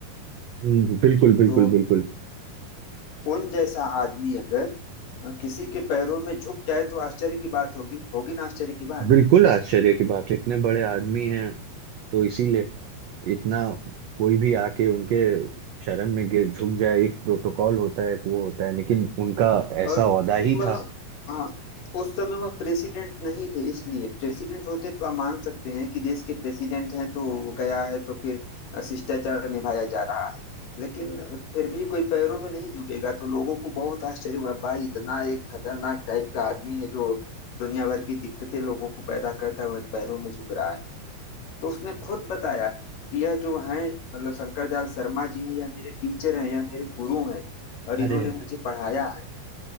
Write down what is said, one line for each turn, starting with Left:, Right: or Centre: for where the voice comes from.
Right: हम्म, बिल्कुल बिल्कुल
Left: तो
Right: बिल्कुल
Left: उन जैसा आदमी अगर अ, किसी के पैरों में झुक जाए तो आश्चर्य की बात होगी होगी ना आश्चर्य की बात
Right: बिल्कुल आश्चर्य की बात है इतने बड़े आदमी हैं तो इसीलिए इतना कोई भी आके उनके शरण में गिर- झुक जाए एक प्रोटोकॉल होता है एक वो होता है लेकिन उनका ऐसा
Left: और चूंकि
Right: औदा ही
Left: वह
Right: था
Left: हाँ उस समय वह प्रेसिडेंट नहीं थे इसलिए प्रेसिडेंट होते तो आप मान सकते हैं कि देश के प्रेसिडेंट हैं तो वो गया है तो फिर अ, शिष्टाचार निभाया जा रहा है लेकिन फिर भी कोई पैरों में नहीं झुकेगा तो लोगों को बहुत आश्चर्य हुआ भाई इतना एक खतरनाक टाइप का आदमी है जो दुनिया भर की दिक्कतें लोगों को पैदा करता है वह पैरों में झुक रहा है तो उसने खुद बताया कि यह जो हैं मतलब शंकर दयाल शर्मा जी हैं यह मेरे टीचर हैं यह मेरे गुरु हैं और
Right: अरे
Left: इन्होंने मुझे पढ़ाया है